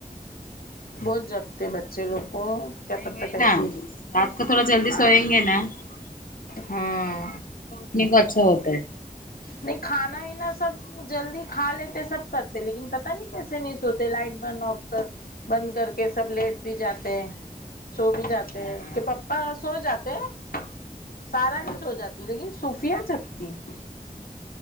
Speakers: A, on the left (about 80°); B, on the left (about 65°).
A: بہت جگتے بچے لوگ کو
B: نہیں
A: کیا پتہ
B: وہی
A: کیسی
B: نا رات کو تھوڑا جلدی
A: آ
B: سوئیں گے نا تو
A: ہاں
B: اٹھنے کا اچھا ہوتا ہے
A: نہیں کھانا وینا سب جلدی کھا لیتے سب کرتے لیکن پتا نہیں کیسے نہیں سوتے لائٹ برن آف کر بند کر کے سب لیٹ بھی جاتے ہیں سو بھی جاتے
B: ہاں
A: ہیں اس کے پاپا سو جاتے ہیں سارا
B: ہاں
A: بھی سو جاتی لیکن صوفیا جگتی ہے